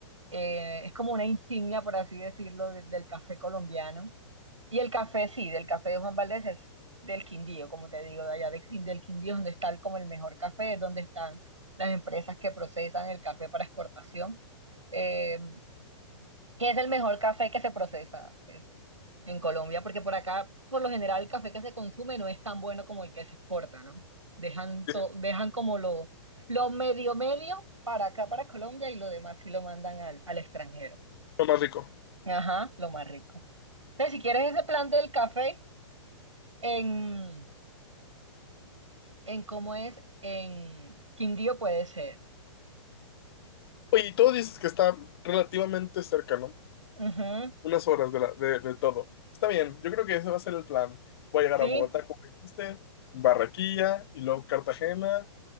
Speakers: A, on the right; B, on the left.
A: Eh, es como una insignia, por así decirlo, de- del café colombiano. Y el café, sí, del café de Juan Valdés es del Quindío, como te digo, de allá de- Quin- del Quindío, es donde está el- como el mejor café, es donde están las empresas que procesan el café para exportación. Eh, ¿qué es el mejor café que se procesa, pues, en Colombia? Porque por acá, por lo general, el café que se consume no es tan bueno como el que se exporta, ¿no? Dejan,
B: Sí,
A: to- dejan como lo, lo medio medio para acá, para Colombia, y lo demás sí lo mandan al, al extranjero.
B: lo más rico.
A: Ajá, lo más rico. Entonces, si quieres ese plan del café. En, en cómo es, en Quindío puede ser.
B: Oye, y tú dices que está relativamente cerca, ¿no?
A: Ujú,
B: Unas horas de, la, de, de todo. Está bien, yo creo que ese va a ser el plan. Voy a llegar
A: Sí,
B: a Bogotá, como dijiste, Barranquilla, y luego Cartagena,